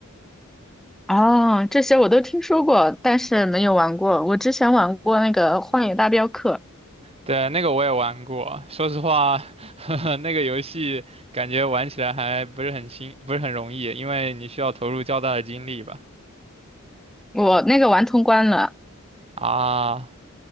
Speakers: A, in the centre; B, on the right (about 30°).
A: 哦，这些我都听说过，但是没有玩过。我之前玩过那个《荒野大镖客》，
B: 对，那个我也玩过，说实话，<laughs> 那个游戏感觉玩起来还不是很新，不是很容易，因为你需要投入较大的精力吧。
A: 我那个玩通关了。
B: 啊，